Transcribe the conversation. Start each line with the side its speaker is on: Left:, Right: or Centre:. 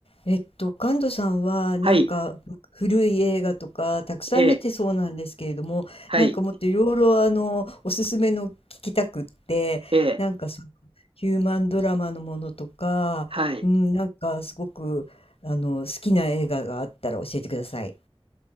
Left: えっと、カン門さんはなんか古い映画とかたくさん見てそうなんですけれども、
Right: はい、ええ、はい、
Left: なんかもっといろいろあのおすすめの聞きたくって、
Right: ええ、
Left: なんかそのヒューマンドラマのものとか、
Right: はい、
Left: うん、なんかすごくあの好きな映画があったら教えてください。